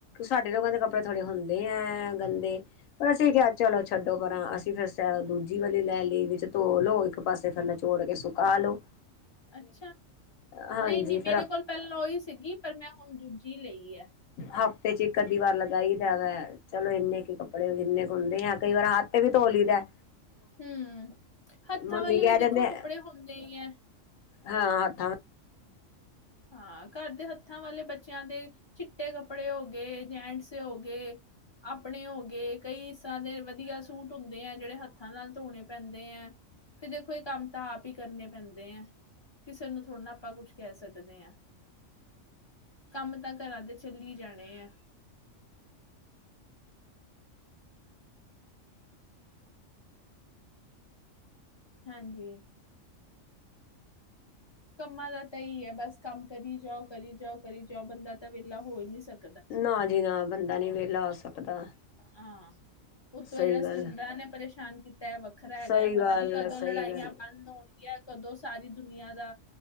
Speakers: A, on the left; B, on the left.
A: ਸਾਡੇ ਲੋਕਾਂ ਦੇ ਕੱਪੜੇ ਥੋੜੇ ਹੁੰਦੇ ਐਂ ਗੰਦੇ। ਪਰ ਅਸੀਂ ਕਿਐ ਚਲੋ ਛੱਡੋ ਪਰਾਂ ਅਸੀ ਫੇਰ ਸੈ ਦੂਜੀ ਵਲੀ ਲੈ ਲੀ। ਵਿੱਚ ਧੋ ਲੌ ਇੱਕ ਪਾਸੇ ਫੇਰ ਨ ਚੋੜ ਕੇ ਸੁਕਾ ਲੋ।
B: ਅੱਛਾ,
A: ਹਾਂਜੀ
B: ਨਈ-ਨਈ
A: ਫਿਰ
B: ਮੇਰੇ ਕੋਲ ਪੈਲੋਂ ਓਈ ਸੀਗੀ ਪਰ ਮੈਂ ਹੁਨ ਦੂਜੀ ਲਈ ਐ।
A: ਹਫ਼ਤੇ 'ਚ ਇੱਕ-ਅੱਧੀ ਵਾਰ ਲਗਾਈ ਦਾ ਵੈ ਚਲੋ ਇੰਨੇ ਕੀ ਕੱਪੜੇ ਜਿੰਨੇ ਕੁ ਹੁੰਦੇ ਆਂ ਕਈ ਵਰਾਂ ਹੱਥ ਤੇ ਵੀ ਧੋ ਲਈ ਦੈ।
B: ਹੂੰ, ਹੱਥਾਂ
A: ਮੰਮੀ
B: ਵਾਲੇ
A: ਕਹਿ
B: ਵੀ ਦੇਖੋ
A: ਦਿੰਦੇ
B: ਕੱਪੜੇ ਹੁੰਦੇ ਈ ਐਂ।
A: ਹਾਂ, ਹੱਥਾਂ
B: ਹਾਂ, ਘਰ ਦੇ ਹੱਥਾਂ ਵਾਲੇ ਬੱਚਿਆਂ ਦੇ ਚਿੱਟੇ ਕੱਪੜੇ ਹੋ ਗੇ, ਜੈਂਟਸ ਦੇ ਹੋ ਗੇ ਆਪਣੇ ਹੋ ਗੇ, ਕਈ ਇਸਰਾਂ ਦੇ ਵਧੀਆ ਸੂਟ ਹੁੰਦੇ ਐ ਜੜੇ ਹੱਥਾਂ ਨਾਲ ਧੋਣੇ ਪੈਂਦੇ ਐਂ ਫਿਰ ਦੇਖੋ ਏ ਕੰਮ ਤਾਂ ਆਪ ਈ ਕਰਨੇ ਪੈਂਦੇ ਐਂ। ਕਿਸੇ ਨੂੰ ਥੋੜਾ ਨਾ ਆਪਾਂ ਕੁਛ ਕੈ ਸਕ ਨੇ ਆਂ। ਕੰਮ ਤਾਂ ਘਰਾਂ ਦੇ ਚੱਲੀ ਜਾਣੇ ਐ। ਹਾਂਜੀ। ਕੰਮਾਂ ਦਾ ਤੇ ਏ ਈ ਐ ਬਸ ਕੰਮ ਕਰੀ ਜਾਓ, ਕਰੀ ਜਾਓ, ਕਰੀ ਜਾਓ ਬੰਦਾ ਤਾ ਵੇਲਾ ਹੋ ਈ ਨੀ ਸਕਦਾ।
A: ਨਾ ਜੀ ਨਾ, ਬੰਦਾ ਨੀ ਵੇਲਾ ਹੋ ਸਕਦਾ।
B: ਹਾਂ, ਉਤੋਂ
A: ਸਹੀ
B: ਏਲਾਂ ਸਲੰਡਰਾਂ
A: ਗੱਲ
B: ਨੇ ਪਰੇਸ਼ਾਨ ਕੀ ਤੈ ਵੱਖਰਾ ਹੈਗੈ।
A: ਸਹੀ
B: ਪਤਾ
A: ਗੱਲ
B: ਨੀ ਕਦੋਂ
A: ਹੈ ਸਹੀ
B: ਲੜਾਈਆਂ
A: ਗੱਲ
B: ਬੰਦ ਹੋਨਗੀਆਂ, ਕਦੋਂ ਸਾਰੀ ਦੁਨੀਆਂ ਦਾ